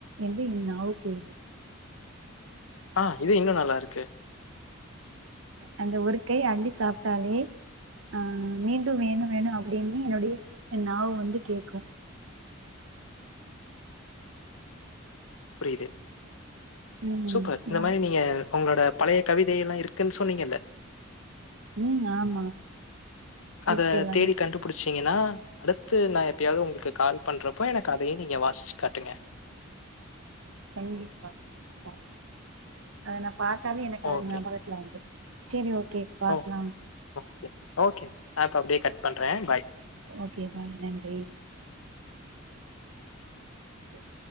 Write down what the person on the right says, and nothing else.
என்று என் நாவு கே
அந்த ஒரு கை அள்ளி சாப்ட்டாலே அ மீண்டும் வேணு வேணு அப்டின்னு என்னுடைய என் நாவு வந்து கேக்கு
ம்
நா
ம் ஆமா
இருக்கு எல்லாமே
கண்டிப்பா அ அத நா பாத்தாவே எனக்கு அது
ஞாபகத்துல வந்துரு சரி ஓகே பாக்லா
ஓகே பாய் நன்றி சரி